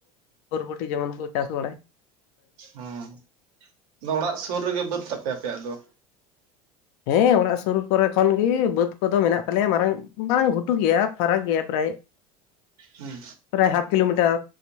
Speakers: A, on the left; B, on the right.
A: ᱵᱩᱨᱵᱩᱴᱩ ᱡᱮᱢᱚᱱ ᱠᱚ ᱪᱟᱥ ᱵᱟᱲᱟᱭᱟ ᱾
B: ᱦᱚᱸ, ᱚᱲᱟᱜ ᱥᱩᱨ ᱨᱮᱜᱮ ᱵᱟᱹᱫᱽ ᱛᱟᱯᱮ ᱟᱯᱮᱭᱟᱜ ᱫᱚ?
A: ᱦᱮᱸ ᱚᱲᱟᱜ ᱥᱩᱨ ᱠᱚᱨᱮ ᱠᱷᱚᱱ ᱜᱮ ᱵᱟᱹᱫᱽ ᱠᱚᱫᱚ ᱢᱮᱱᱟᱜ ᱛᱟᱞᱮᱭᱟ ᱢᱟᱨᱟᱝ ᱢᱟᱨᱟᱝ ᱜᱷᱩᱴᱩ ᱜᱮᱭᱟ ᱯᱷᱟᱨᱟᱠ ᱜᱮᱭᱟ ᱯᱮᱨᱟᱭ᱾ <inaudible>
B: ᱦᱩᱸ᱾
A: ᱯᱮᱨᱟᱭ ᱦᱟᱯ ᱠᱤᱞᱳᱢᱤᱴᱟᱨ